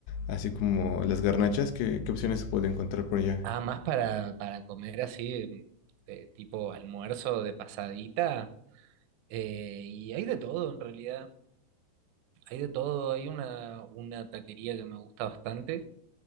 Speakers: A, on the left; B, on the right.
A: así como las garnachas, ¿qué, qué opciones se puede encontrar por allá?
B: Ah, más para, para comer así, de tipo almuerzo de pasadita. Eh, y hay de todo en realidad. Hay de todo. Hay una, una taquería que me gusta bastante